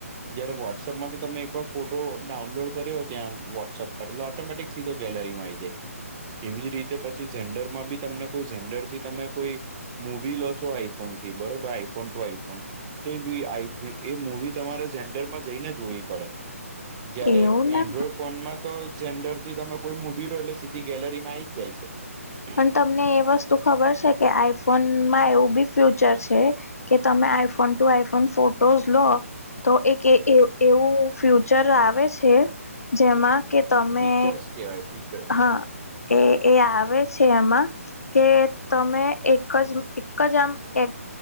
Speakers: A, on the right; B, on the left.
A: જયારે વોટ્સએપમાં તો તમે એકવાર ફોટો ડાઉનલોડ કર્યો ત્યાં વોટ્સએપ ફરી લો ઓટોમેટિક સીધો ગેલેરીમાં આવી જાય. એવી જ રીતે પછી ઝેન્ડર માં બી તમને કોઈ ઝન્ડર થી તમે કોઈ મુવી લો છો આઈફોન થી બરોબર આઈફોન ટુ આઈફોન તો એ મુવી તમારે ઝન્ડરમાં જઈને જોવી પડે. જયારે
B: એવું ના
A: એન્ડ્રોઈડ ફનમાં તો જેન્ડર થી તમે કોઈ મુવી લો એટલે સીધી ગેલેરીમાં આવીઈ જ જાય છે.
B: પણ તમને એ વસ્તુ ખબર છે કે આઈફોનમાં એવું બી ફ્યુચર છે કે તમે આઈફોન ટુ આઈફોન ફોટોઝ લો તો એક એવું ફ્યુચર આવે છે. જેમાં કે તમે
A: ફીચર્સ કેવાય ફીચર્સ.
B: હા એ આવે છે‌ એમાં. કે તમે એક જ એક જ આમ એક